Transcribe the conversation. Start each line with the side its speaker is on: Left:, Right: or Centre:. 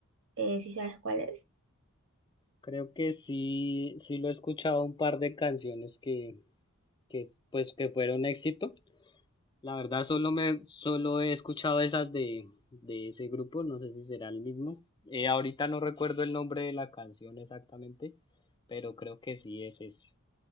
Right: eh, si sabes cuál es.
Left: Creo que sí, sí lo he escuchado un par de canciones que, que pues que fueron éxito. La verdad solo me, solo he escuchado esas de, de ese grupo, no sé si será el mismo. Eh, ahorita no recuerdo el nombre de la canción exactamente, pero creo que sí es ese.